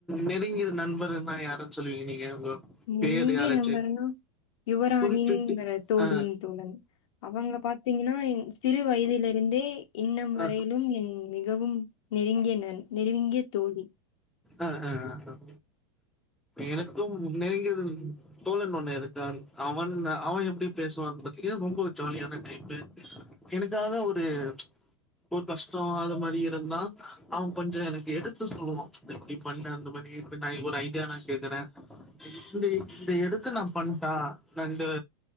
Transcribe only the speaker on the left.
நெருங்கிய
நண்பருனா யுவராானிங்கற
தோழி
தோழன் அவங்க பாத் தீங்கன்னா என் சிறு வயதில் இருந்தே இன்னும் வரையிலும்
என் மிகவும் நெருங்கிய நண் பன் நெருங்கிய தோழி